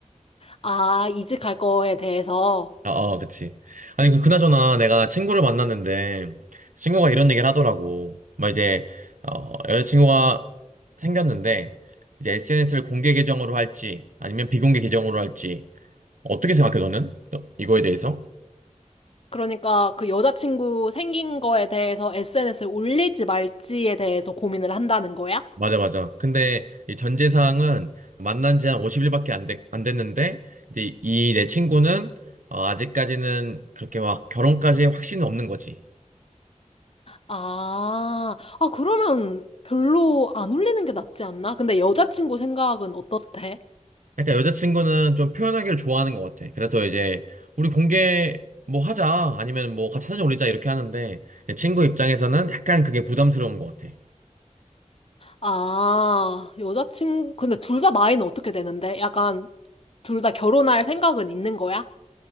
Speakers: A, on the left; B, on the right.
A: 아, 이직할 거에 대해서.
B: 아, 아, 그치. 아니, 그, 그나저나 내가 친구를 만났는데 친구가 이런 얘기를 하더라고. 막 이제, 어, 여자친구가 생겼는데 이제 SNS를 공개 계정으로 할지 아니면 비공개 계정으로 할지 어떻게 생각해, 너는? 너- 이거에 대해서?
A: 그러니까 그 여자친구 생긴 거에 대해서 SNS에 올릴지 말지에 대해서 고민을 한다는 거야?
B: 맞아, 맞아. 근데 이 전제사항은 만난 지 한 50일밖에 안 됐, 안 됐는데, 이제 이 내 친구는 어, 아직까지는 그렇게 막 결혼까지 확신이 없는 거지.
A: 아, 아, 그러면 별로 안 올리는 게 낫지 않나? 근데 여자친구 생각은 어떻대?
B: 그러니까 여자친구는 좀 표현하기를 좋아하는 것 같아. 그래서 이제 우리 공개 뭐 하자, 아니면 뭐 같이 사진 올리자 이렇게 하는데, 내 친구 입장에서는 약간 그게 부담스러운 것 같아.
A: 아, 여자친구, 근데 둘 다 나이는 어떻게 되는데? 약간 둘 다 결혼할 생각은 있는 거야?